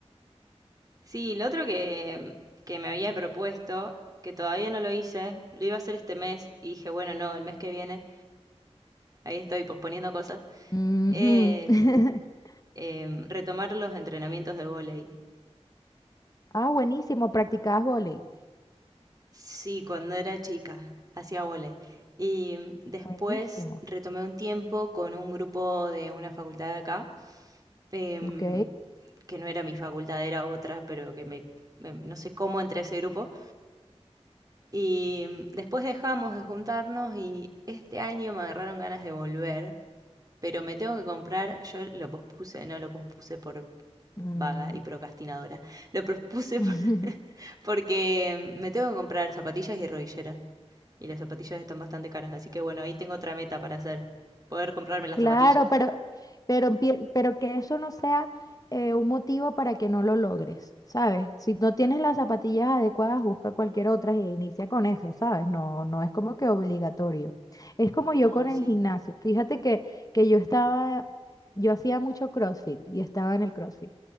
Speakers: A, on the right (about 35°); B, on the left (about 30°).
A: sí, lo otro que, que me había propuesto, que todavía no lo hice, lo iba a hacer este mes y dije, bueno, no, el mes que viene, ahí estoy posponiendo cosas,
B: Ujú.
A: es
B: <laughs>
A: em, retomar los entrenamientos de vóley.
B: Ah, buenísimo, practicabas vóley.
A: Sí, cuando era chica, hacía vóley. Y mm, después
B: Buenísimo.
A: retomé un tiempo con un grupo de una facultad de acá, em,
B: Ok.
A: que no era mi facultad, era otra, pero que me, me- no sé cómo entré a ese grupo. Y mm, después dejamos de juntarnos y este año me agarraron ganas de volver, pero me tengo que comprar, yo lo pospuse, no lo pospuse por
B: Mm.
A: vaga y procrastinadora, lo pospuse
B: <laughs>
A: por- <laughs> porque me tengo que comprar zapatillas y rodilleras. Y las zapatillas están bastante caras, así que bueno, ahí tengo otra meta para hacer, poder comprarme las
B: Claro,
A: zapatillas.
B: pero, pero, empie- pero que eso no sea eh, un motivo para que no lo logres, ¿sabes? Si no tienes las zapatillas adecuadas, busca cualquier otra e inicia con eso, ¿sabes? No, no es como que obligatorio. Es como yo
A: No,
B: con el
A: sí.
B: gimnasio. Fíjate que, que yo estaba, yo hacía mucho CrossFit y estaba en el CrossFit,